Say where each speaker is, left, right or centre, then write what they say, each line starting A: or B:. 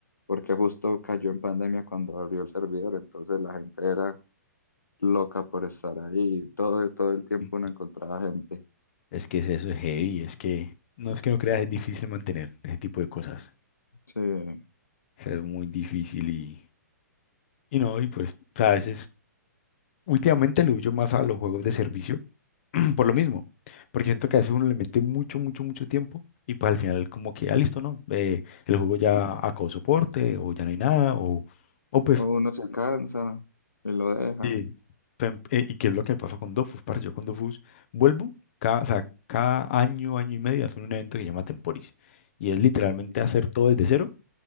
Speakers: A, on the left; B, on the left.
A: porque justo cayó en pandemia cuando abrió el servidor, entonces la gente era loca por estar ahí, todo, todo el tiempo
B: mm,
A: uno encontraba gente.
B: es que es eso, es heavy, es que, no es que no creas, es difícil mantener ese tipo de cosas.
A: Sí.
B: O sea, es muy difícil y, y no, y pues, o sea, a veces, últimamente lo huyo más a los juegos de servicio, <clears throat> por lo mismo, porque siento que a veces uno le mete mucho, mucho, mucho tiempo y pues al final como que, ah, listo, ¿no? Eh, el juego ya acabó soporte o ya no hay nada o, o pues
A: O uno se cansa y lo deja.
B: Sí, tem- eh, y qué es lo que me pasó con Dofus, parce. Yo con Dofus vuelvo cada, o sea, cada año, año y medio, hacen un evento que se llama Temporis. Y es literalmente
A: Ujú.
B: hacer todo desde cero,